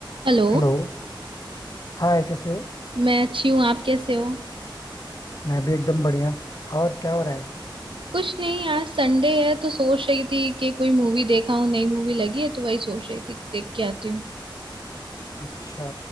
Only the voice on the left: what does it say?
हेलो हाय कैसे हो
मैं भी एकदम बढ़िया और क्या हो रहा है
अच्छा